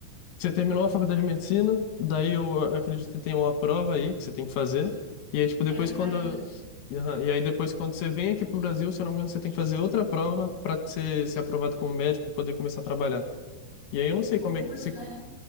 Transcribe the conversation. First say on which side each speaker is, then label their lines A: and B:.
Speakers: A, on the left; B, on the left.
A: Você terminou a faculdade de medicina, daí eu acredito que tem uma prova aí que você tem que fazer. E aí, tipo,
B: É
A: depois
B: o Revalida.
A: quando. E aham, e aí depois quando você vem aqui pro Brasil, se eu não me engano, você tem que fazer outra prova para ser, ser aprovado como médico e poder começar a trabalhar. E aí eu não sei
B: Concurso,
A: como é que se.
B: né?